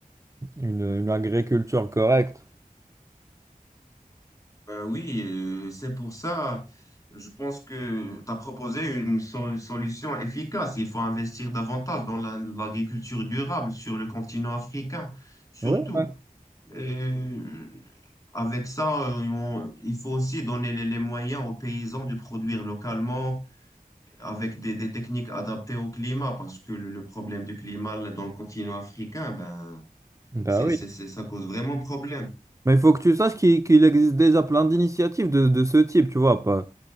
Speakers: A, on the right; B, on the left.
A: une, une agriculture correcte.
B: Ben oui, euh, c'est pour ça, je pense que tu as proposé une sol- solution efficace. Il faut investir davantage dans la- l'agriculture durable sur le continent africain, surtout.
A: Ouais, ouais.
B: Et avec ça, euh, on- il faut aussi donner les les moyens aux paysans de produire localement avec des, des techniques adaptées au climat, parce que le, le problème du climat là, dans le continent africain, ben,
A: Bah
B: c'est,
A: oui.
B: c'est, c'est- ça cause vraiment problème.
A: Mais il faut que tu saches qu'il qu'il existe déjà plein d'initiatives de, de ce type, tu vois. pas-